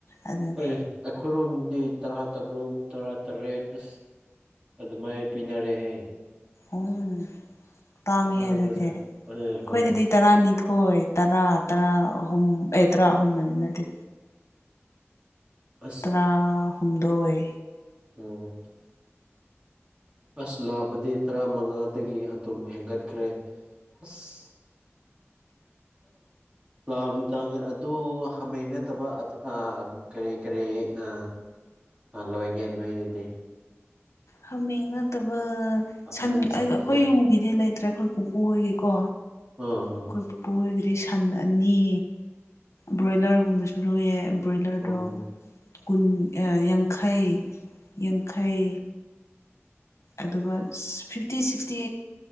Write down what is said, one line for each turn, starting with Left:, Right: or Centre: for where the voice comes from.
Left: ꯑꯗꯨꯅꯦ
Right: ꯑꯦ ꯑꯩꯈꯣꯏꯔꯣꯝꯗꯗꯤ ꯇꯔꯥ ꯇꯔꯨꯛ ꯇꯔꯥ ꯇꯔꯦꯠ ꯑꯁ ꯑꯗꯨꯃꯥꯏ ꯄꯤꯅꯔꯦꯍꯦ
Left: ꯎꯝ ꯇꯥꯡꯉꯦꯍꯦ
Right: ꯇꯥꯡꯈ꯭ꯔꯁꯦ
Left: ꯑꯗꯨꯗꯤ ꯑꯩꯈꯣꯏꯗꯗꯤ
Right: ꯑꯦ ꯍꯣꯏ
Left: ꯇꯔꯥꯅꯤꯊꯣꯏ ꯇꯔꯥ ꯇꯔꯥ ꯑꯍꯨꯝ ꯑꯦ ꯇꯔꯥ ꯑꯍꯨꯝꯗꯗꯤ ꯅꯠꯇꯦ
Right: ꯑꯁ
Left: ꯑꯥ ꯍꯨꯝꯗꯣꯏ
Right: ꯎꯝ ꯑꯁ ꯂꯥꯕꯗꯤ ꯇꯔꯥ ꯃꯉꯥꯗꯒꯤ ꯑꯗꯨꯝ ꯍꯦꯟꯒꯠꯈ꯭ꯔꯦ ꯑꯁ ꯂꯥꯕꯗꯤ ꯇꯥꯡꯉꯦ ꯑꯗꯣ ꯍꯥꯃꯦꯡ ꯅꯠꯇꯕ ꯑꯗ ꯑ ꯀꯔꯤ ꯀꯔꯤ ꯑ ꯑ ꯂꯣꯏꯒꯦ ꯅꯣꯏꯗꯗꯤ
Left: ꯍꯥꯃꯦꯡ ꯅꯠꯇꯕ ꯁꯟ
Right: ꯗꯣꯃꯦꯁꯇꯤꯛꯇ
Left: ꯑꯩ ꯑꯩꯈꯣꯏ ꯌꯨꯝꯒꯤꯗꯤ ꯂꯩꯇ꯭ꯔꯦ ꯑꯩꯈꯣꯏ ꯄꯨꯄꯨ ꯍꯣꯏꯒꯤꯀꯣ
Right: ꯑꯥ ꯑ
Left: ꯑꯩꯈꯣꯏ ꯄꯨꯄꯨ ꯍꯣꯏꯒꯤꯗꯤ ꯁꯟ ꯑꯅꯤ ꯕ꯭ꯔꯣꯏꯂꯔ ꯒꯨꯝꯕꯁꯨ ꯂꯣꯏꯌꯦ ꯕ꯭ꯔꯣꯏꯂꯔꯗꯣ
Right: ꯑꯣ
Left: ꯀꯨꯟ ꯑ ꯌꯥꯡꯈꯩ ꯌꯥꯡꯈꯩ ꯑꯗꯨꯒ ꯐꯤꯐꯇꯤ ꯁꯤꯛꯁꯇꯤ